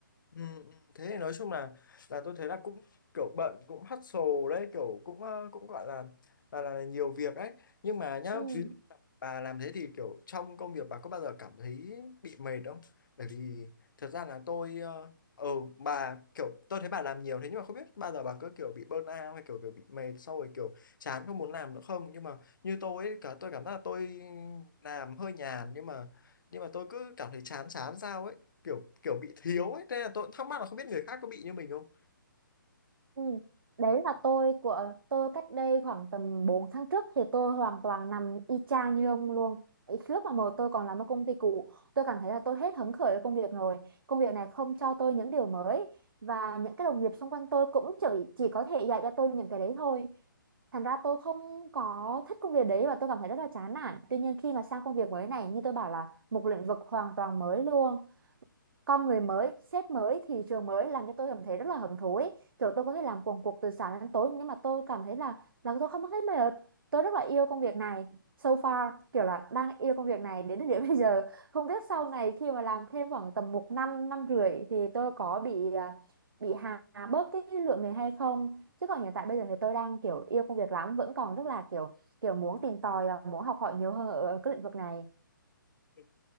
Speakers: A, on the left; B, on the right.
A: Ừ, ừ, thế thì nói chung là là tôi thấy là cũng kiểu bận cũng hustle đấy kiểu cũng ờ, cũng gọi là là, là nhiều việc ấy nhưng mà nhá
B: ừ
A: ví bà làm thế thì kiểu trong công việc bà có bao giờ cảm thấy bị mệt không? Bởi vì thật ra là tôi ờ ừ, bà kiểu tôi thấy bà làm nhiều thế nhưng mà không biết bao giờ bà có kiểu bị burnout hay kiểu kiểu bị mệt sau rồi kiểu chán không muốn làm nữa không? Nhưng mà như tôi ấy, cả tôi cảm giác là tôi làm hơi nhàn nhưng mà nhưng mà tôi cứ cảm thấy chán chán sao ấy, kiểu kiểu bị thiếu ấy, thế là tôi cũng thắc mắc là không biết người khác có bị như mình không?
B: Ừ. Đấy là tôi của tôi cách đây khoảng tầm 4 tháng trước thì tôi hoàn toàn nằm y chang như ông luôn. Ý, Lúc mà một tôi còn làm ở công ty cũ, tôi cảm thấy là tôi hết hứng khởi với công việc rồi. Công việc này không cho tôi những điều mới và những cái đồng nghiệp xung quanh tôi cũng chỉ chỉ có thể dạy cho tôi những cái đấy thôi. Thành ra tôi không có thích công việc đấy và tôi cảm thấy rất là chán nản. Tuy nhiên khi mà sang công việc mới này như tôi bảo là một lĩnh vực hoàn toàn mới luôn con người mới sếp mới thị trường mới làm cho tôi cảm thấy rất là hứng thú ấy. kiểu tôi có thể làm cuồng cuộc từ sáng đến tối nhưng mà tôi cảm thấy là là tôi không có thấy mệt tôi rất là yêu công việc này so far kiểu là đang yêu công việc này đến thời điểm <laughs> bây giờ không biết sau này khi mà làm thêm khoảng tầm một năm năm rưỡi thì tôi có bị à, bị hà bớt cái lượng người hay không chứ còn hiện tại bây giờ thì tôi đang kiểu yêu công việc lắm vẫn còn rất là kiểu kiểu muốn tìm tòi và muốn học hỏi nhiều hơn ở ở cái lĩnh vực này
A: Ừ.